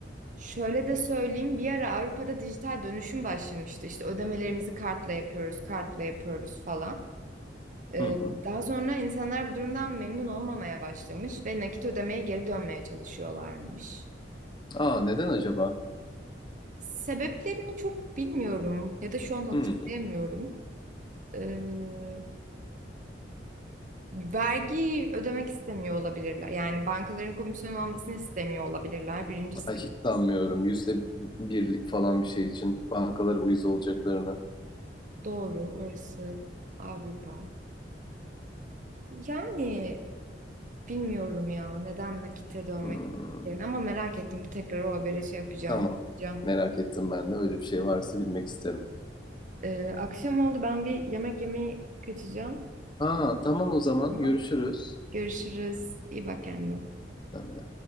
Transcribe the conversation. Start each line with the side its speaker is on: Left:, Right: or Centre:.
Right: şöyle de söyleyeyim, bir ara Avrupa'da dijital dönüşüm başlamıştı. İşte ödemelerimizi kartla yapıyoruz, kartla yapıyoruz falan. Ee,
Left: Hı hı.
Right: daha sonra insanlar bu durumdan memnun olmamaya başlamış ve nakit ödemeye geri dönmeye çalışıyorlarmış.
Left: Aa neden acaba?
Right: Sebeplerini çok bilmiyorum ya da şu an hatırlayamıyorum.
Left: Hmm,
Right: Ee, Vergi ödemek istemiyor olabilirler. Yani bankaların komisyon almasını istemiyor olabilirler. Birincisi
Left: ay hiç sanmıyorum. Yüzde birlik falan bir şey için bankalara uyuz olacaklarını.
Right: doğru. Orası Avrupa. Yani bilmiyorum ya neden nakite dönmek
Left: Hmm,
Right: istediklerini ama merak ettim. Bir tekrar o haberi şey yapacağım.
Left: tamam.
Right: yapacağım.
Left: Merak ettim ben de. Öyle bir şey varsa bilmek isterim.
Right: Ee, akşam oldu ben bir yemek yemeye kaçacağım.
Left: Aa tamam o zaman
Right: Tamam.
Left: görüşürüz.
Right: Görüşürüz. İyi bak kendine.
Left: Sen de.